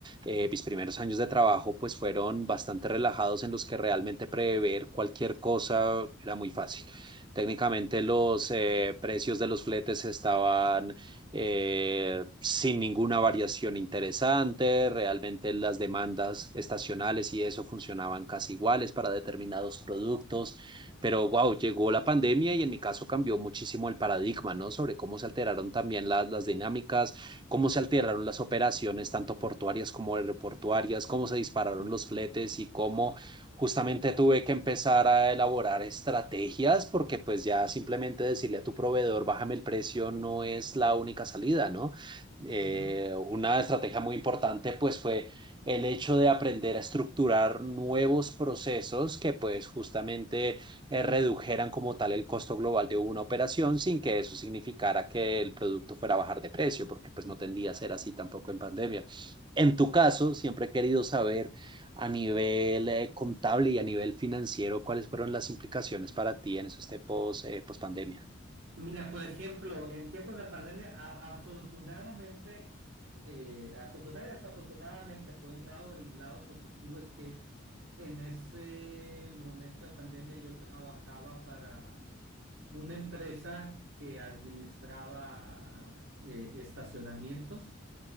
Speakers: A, on the right; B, on the right.
A: eh, mis primeros años de trabajo pues fueron bastante relajados en los que realmente prever cualquier cosa era muy fácil. Técnicamente los eh, precios de los fletes estaban eh, sin ninguna variación interesante, realmente las demandas estacionales y eso funcionaban casi iguales para determinados productos, pero wow, llegó la pandemia y en mi caso cambió muchísimo el paradigma, ¿no? Sobre cómo se alteraron también las, las dinámicas, cómo se alteraron las operaciones, tanto portuarias como aeroportuarias, cómo se dispararon los fletes y cómo justamente tuve que empezar a elaborar estrategias porque pues ya simplemente decirle a tu proveedor, bájame el precio, no es la única salida, ¿no? Eh,
B: Ujú.
A: una estrategia muy importante pues fue el hecho de aprender a estructurar nuevos procesos que pues justamente eh, redujeran como tal el costo global de una operación sin que eso significara que el producto fuera a bajar de precio, porque pues no tendía a ser así tampoco en pandemia. En tu caso, siempre he querido saber a nivel eh, contable y a nivel financiero cuáles fueron las implicaciones para ti en esos tiempos eh, post pandemia.
B: Mira, por ejemplo, en tiempos de pandemia, a- afortunadamente, eh, afortunadamente, desafortunadamente, por un lado, el lado positivo es que en ese momento de pandemia yo trabajaba para una empresa que administraba eh, estacionamientos